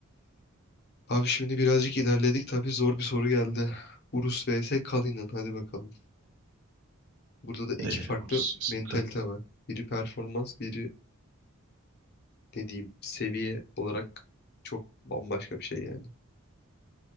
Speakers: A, on the left; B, on the right.
A: Abi şimdi birazcık ilerledik. Tabii zor bir soru geldi. Urus vs Kalinin. Hadi bakalım. Burada da iki
B: Ee,
A: farklı
B: orası Escalade.
A: mentalite var. Biri performans, biri ne diyeyim seviye olarak çok bambaşka bir şey yani.